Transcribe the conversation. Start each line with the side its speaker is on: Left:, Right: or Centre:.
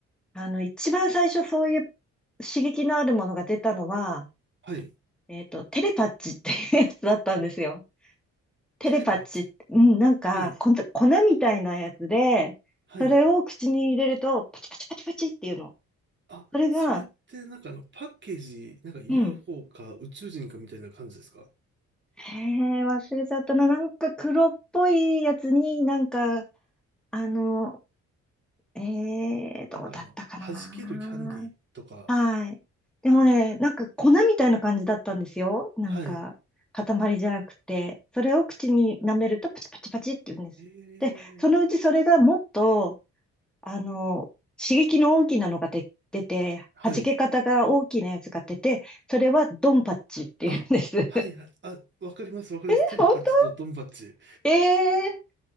Centre: あの、一番最初そういう刺激のあるものが出たのは、
Right: はい、
Centre: えっと、テレパッチっていうやつだったんですよ。テレパッチって、
Right: テレパッチ、
Centre: うん、なんか、
Right: はい、
Centre: こん粉みたいなやつで、
Right: はい。
Centre: それを口に入れると、パチパチパチパチっていうの。
Right: あ、
Centre: それが、
Right: それってなんかあの、パッケージ、なんか UFO
Centre: うん。
Right: か宇宙人かみたいな感じですか
Centre: へえ、忘れちゃったな。なんか黒っぽいやつになんか、あの、えー、どうだったかな。
Right: なんかあの、弾けるキャンディーとか、
Centre: はい。でもね、なんか粉みたいな感じだったんですよ。なんか、
Right: はい、
Centre: 塊じゃなくて。それを口に舐めるとパチパチパチって言うんです。
Right: えー、
Centre: で、そのうちそれがもっと、あの、刺激の大きなのがで出て、
Right: はい、
Centre: 弾け方が大きなやつが出て、それはドンパッチって言うんです。
Right: あ、はい、はいあ、わかります、わかります。
Centre: <laughs>
Right: テレパッチとドンパッチ。
Centre: 本当ええー